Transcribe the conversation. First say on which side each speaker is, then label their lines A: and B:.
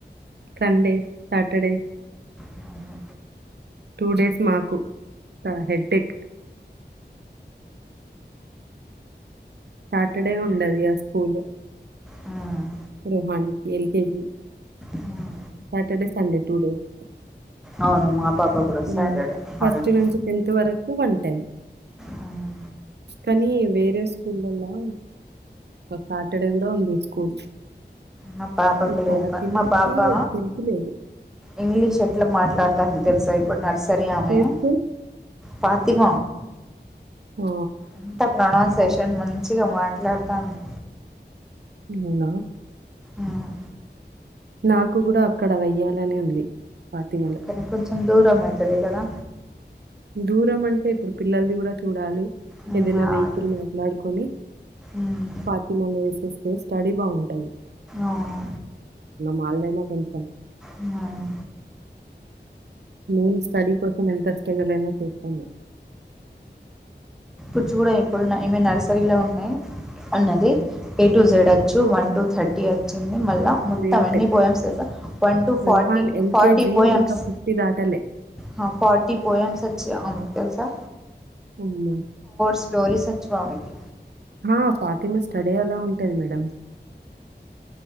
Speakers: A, on the right; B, in the centre.
A: సండే సాటర్డే
B: హుహు.
A: టూ డేస్ మాకు హెడ్డేక్ సాటర్డే ఉండది గ స్కూల్
B: హ్మ్.
A: రోహన్ ఎల్కెజీ
B: హ్మ్.
A: సాటర్డే సండే టుడేస్
B: అవును మా పాప కూడా
A: హ్మ్మ్
B: సాటర్‌డే హాలిడే.
A: ఫస్ట్ నుంచి టెన్త్ వరకు వంట
B: హ్మ్.
A: కానీ వేరే స్కూలల్లా సాటర్డే కూడా ఉంది స్కూల్
B: నా పాపకు
A: ఈ
B: లేదు
A: ఫాతిమాకి
B: నా పాపా
A: తెలిసి లేదు
B: ఇంగ్లీష్ ఎట్ల మాట్ ఆడుతుందో తెలుసా ఇప్పుడు న సరిమ పా
A: ఏ స్కూల్
B: ప్రతిమ
A: ఓ
B: అంత ప్రొనౌన్సేషన్ మంచిగా మాట్లాడతాంది
A: అవునా
B: ఉమ్,
A: నాకు కూడా అక్కడ వెయ్యాలనే ఉంది ఫాతిమలో
B: కానీ కొంచెం దూరం అవుతుంది కదా
A: దూరం అంటే ఇప్పుడు పిల్లల్ని కూడా చూడాలి
B: ఉమ్,
A: ఏదైనా
B: ఆ
A: వెహికల్
B: అటు
A: మాట్లాడుకొని
B: ఉమ్,
A: ఫాతిమా లు స్తే స్టడీ బాగుంటాది
B: అవును
A: మాళ్ళైనా కొంచెం
B: ఉమ్,
A: నేను స్టడీ కోసం ఇంట్రెస్ట్లనా చూస్తాను
B: కూర్చ కూడా ఇప్పుడు ఈ నర్సరీ లో ఉన్నాయి అన్నది ఎ టు జెడ్ వచ్చు వన్ టు థర్టీ వచ్చింది మళ్ళా మొత్తం
A: గ్రేట్.
B: ఎన్ని పోయెమ్స్ తెలుసా one two forty
A: Rehan LKG
B: forty పోయమ్స్
A: ఇంకా దాటలే.
B: హ ఫార్టీ పోయెమ్స్ వచ్చి తెలుసా
A: మ్మ్
B: స్టోరీ సచ్ వామిటి
A: ఆ ఫాతిమ స్టడీ ఎలా ఉంటది మేడం